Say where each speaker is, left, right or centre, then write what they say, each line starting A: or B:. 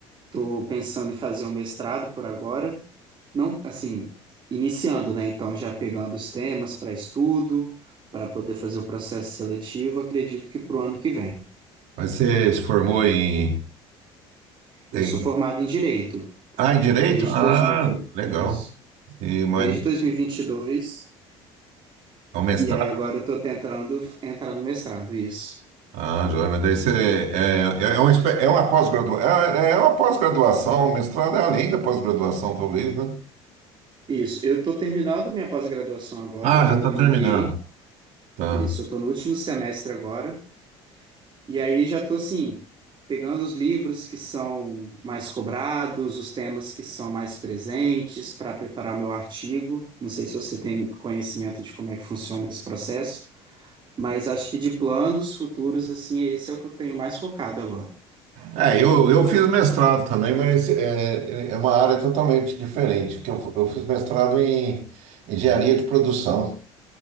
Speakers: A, on the right; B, on the right.
A: Tô pensando em fazer um mestrado por agora, não, assim, iniciando, né? Então, já pegando os temas para estudo, para poder fazer o processo seletivo, acredito que para o ano que vem.
B: Mas você se formou em, em-
A: Eu sou formado em Direito
B: Ah, em Direito?
A: desde
B: Ah,
A: 2020,
B: legal.
A: isso,
B: E, mas,
A: desde 2022, e vinte e dois,
B: é um mestrado?
A: e aí agora eu tô tentando entrar no mestrado, isso.
B: Ah, joia, mas daí você... É, é é uma, espé- é uma pós-gradua- é, é é uma pós-graduação, o mestrado é além da pós-graduação, talvez, né?
A: Isso, eu estou terminando minha pós-graduação agora,
B: Ah,
A: eu tenho
B: já está
A: um MBA,
B: terminando. Tá.
A: isso, eu estou no último semestre agora, e aí já estou assim, pegando os livros que são mais cobrados, os temas que são mais presentes para preparar meu artigo. Não sei se você tem conhecimento de como é que funciona esse processo, mas acho que de planos futuros, assim, esse é o que eu tenho mais focado agora.
B: É, eu, eu fiz mestrado também, mas é, é uma área totalmente diferente, que eu, eu fiz mestrado em engenharia de produção.